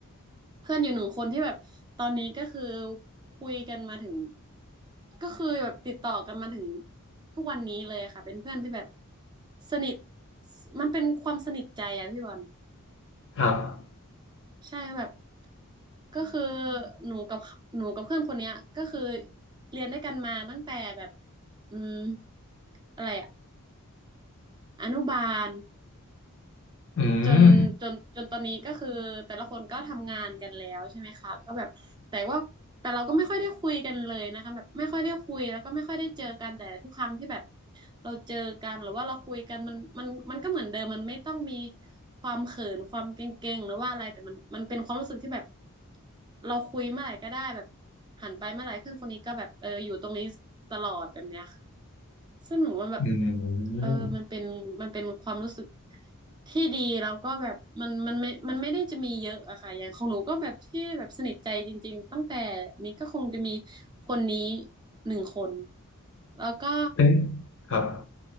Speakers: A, on the right; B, on the left.
A: เพื่อนอยู่หนึ่งคนที่แบบตอนนี้ก็คือคุยกันมาถึงก็คือแบบติดต่อกันมาถึงทุกวันนี้เลยค่ะเป็นเพื่อนที่แบบสนิทมันเป็นความสนิทใจอะพี่บอล
B: ครับ
A: ใช่แบบก็คือหนูกับเหนูกับเพื่อนคนเนี้ยก็คือเรียนด้วยกันมาตั้งแต่แบบอืมอะไรอะอนุบาล
B: อืม
A: จนจนจนตอนนี้ก็คือแต่ละคนก็ทำงานกันแล้วใช่ไหมคะก็แบบแต่ว่าแต่เราก็ไม่ค่อยได้คุยกันเลยนะคะแบบไม่ค่อยได้คุยแล้วก็ไม่ค่อยได้เจอกันแต่ทุกครั้งที่แบบเราเจอกันหรือว่าเราคุยกันมันมันมันก็เหมือนเดิมมันไม่ต้องมีความเขินความเกรงๆหรือว่าอะไรแต่มันมันเป็นความรู้สึกที่แบบเราคุยเมื่อไหร่ก็ได้แบบหันไปเมื่อไหร่เพื่อนคนนี้ก็แบบเอออยู่ตรงนี้ตลอดแบบเนี้ยค่ะ ซึ่งหนูมันแบบ
B: อื
A: เออมันเป็นมันเป็นความรู้สึก
B: ม
A: ที่ดีแล้วก็แบบมันมันไม่มันไม่ได้จะมีเยอะอะค่ะอย่างของหนูก็แบบที่แบบสนิทใจจริงๆตั้งแต่นี้ก็คงจะมีคนนี้หนึ่งคนแล้วก็
B: เป็นครับ